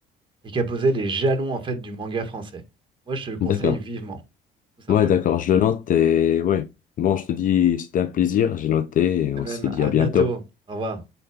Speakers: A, on the right; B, on the left.
A: et qui a posé les jalons, en fait, du manga français. Moi, je te le conseille
B: d'accord.
A: vivement, tout simplement.
B: Ouais, d'accord, je le note et ouais. Bon, je te dis, c'était un plaisir, j'ai noté et on
A: De même,
B: se dit
A: à
B: à bientôt.
A: bientôt. Au revoir.